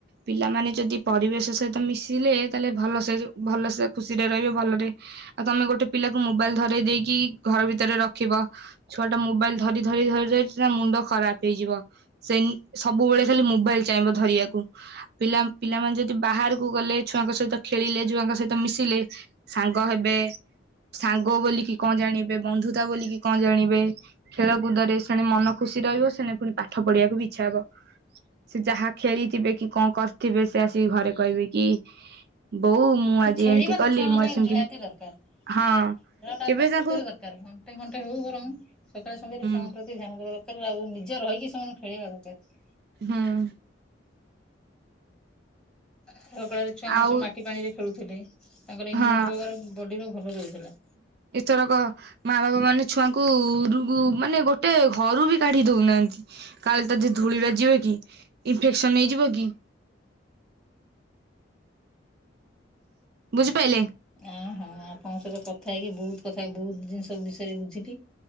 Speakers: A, on the right; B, in the centre.
A: ପିଲାମାନେ ଯଦି ପରିବେଶ ସହିତ ତ ମିଶିଲେ ତାହେଲେ ଭଲସେ ଭଲସେ ଖୁସିରେ ରହିବେ ଭଲରେ ଆଉ ତମେ ଗୋଟେ ପିଲାକୁ ମୋବାଇଲ ଧରେଇଦେଇକି ଘର ଭିତରେ ରଖିବ। ଛୁଆ ଟା ମୋବାଇଲ ଧରି ଧରି ଧରି ଧରି ତା ମୁଣ୍ଡ ଖରାପ ହେଇଯିବ। ସେନ୍ ସବୁବେଳେ ଖାଲି ମୋବାଇଲ ଚାହିଁବ ଧରିବାକୁ। ପିଲା ପିଲାମାନେ ଯଦି ବାହାର କୁ ଗଲେ ଛୁଆଙ୍କ ସହିତ ଖେଳିଲେ, ଛୁଆଙ୍କ ସହିତ ମିଶିଲେ ସାଙ୍ଗ ହେବେ। ସାଙ୍ଗ ବୋଲିକି କଣ ଜାଣିବେ। ବନ୍ଧୁତା ବୋଲିକି କଣ ଜାଣିବେ। ଖେଳକୁଦରେ ସେଣେ ମନ ଖୁସି ରହିବ। ସେଣେ ପୁଣି ପାଠ ପଢିବାକୁ ବି ଇଚ୍ଛା ହବ। ସେ ଯାହା ଖେଳିଥିବେ କି କଣ କରିଥିବେ ସେ ଆସିକି ଘରେ କହିବେ। କି ବୋଉ ମୁଁ ଆଜି
B: ଖେଳିବା
A: ଏମିତି
B: ତ
A: କଲି,
B: ଛୁଆଙ୍କ
A: ମୁଁ
B: ପାଇଁ
A: ଆ ସେମତି
B: ନିହାତି ଦରକାର
A: ହଁ
B: ଖେଳଟା
A: କେବେ
B: ପ୍ରକୃତରେ
A: ତାଙ୍କୁ
B: ଦରକାର। ଘଣ୍ଟେ ଘଣ୍ଟେ ହଉ ବରଂ ସକାଳେ ସନ୍ଧ୍ୟା ରେ
A: ହୁଁ
B: ଛୁୁଆଙ୍କ ପ୍ରତି ଧ୍ୟାନ ଦେବା ଦରକାର। ଆଉ ନି ଜ ରହିକି ସେମାନଙ୍କୁ ଖେଳେଇବା ଦରକାର।
A: ହଁ।
B: ଆଗ କାଳରେ ଛୁଆ ମାନେ
A: ଆଉ
B: ସବୁ ମାଟି ପାଣି ରେ ଖେଳୁଥିଲେ, ତାଙ୍କର ଇମ୍ୟୁନିଟି
A: ହଁ
B: ପାୱାର ବଡିର ଭଲ ରହୁଥିଲା।
A: ଏଥରକ ମା ବାବା ମାନେ ଛୁଆଙ୍କୁ ରୁ ମାନେ ଗୋଟେ ଘରୁ ବି କାଢି ଦଉନାହାନ୍ତି। କାଳେ ତତେ ଧୂଳି ବାଜିବ କି, ଇନଫେକ୍ସନ ହେଇଯିବ କି। ବୁଝିପାଇଲେ?
B: ଅ ହଁ। ଆପଣଙ୍କ ସହିତ କଥା ହେଇକି ବହୁତ କଥା ବହୁତ ଜିନିଷ ବିଷୟରେ ବୁଝିଲି